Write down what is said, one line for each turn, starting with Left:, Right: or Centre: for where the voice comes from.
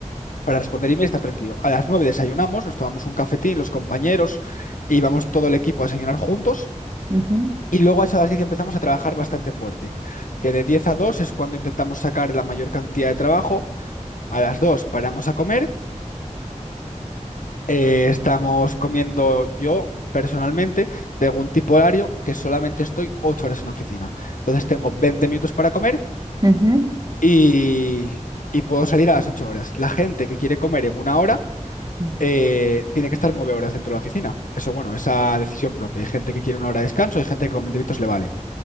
Left: para responder emails y estar tranquilo. A las 9 desayunamos, nos tomamos un cafetín, los compañeros, y vamos todo el equipo a desayunar juntos.
Right: Ujú,
Left: Y luego a eso a las 10 empezamos a trabajar bastante fuerte, que de 10 a 2 es cuando intentamos sacar la mayor cantidad de trabajo a las 2 paramos a comer, eh, estamos comiendo yo personalmente, tengo un tipo horario que solamente estoy 8 horas en la oficina. Entonces tengo 20 minutos para comer
Right: ujú.
Left: y, y puedo salir a las 8 horas. La gente que quiere comer en una hora
Right: Mm.
Left: eh, tiene que estar 9 horas dentro de la oficina. Eso, bueno, esa decisión propia. Hay gente que quiere una hora de descanso, hay gente que con 20 minutos le vale.